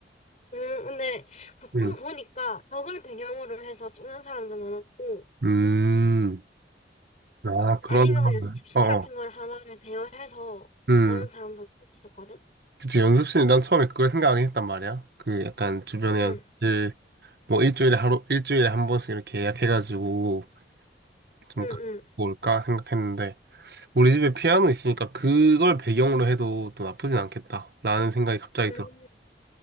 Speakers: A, on the left (about 40°); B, on the right (about 60°).
A: 음, 근데 보통
B: 응.
A: 보니까 벽을 배경으로 해서 찍는 사람도 많았고
B: 음. 아, 그러면,
A: 아니면 그냥 연습실
B: 어, 어.
A: 같은 걸 하나를 대여해서
B: 음.
A: 하는 사람도 있었거든.
B: 그치, 연습실이 난 처음에 그걸 생각하긴 했단 말이야. 그 약간 주변에
A: 응,
B: 연습실, 뭐 일주일에 하루, 일주일에 한 번씩 이렇게 예약해가지고 좀
A: 응,
B: 갖고
A: 응,
B: 올까 생각했는데, 우리 집에 피아노 있으니까 그걸 배경으로 해도 또 나쁘진 않겠다. 라는 생각이 갑자기
A: 응.
B: 들었어.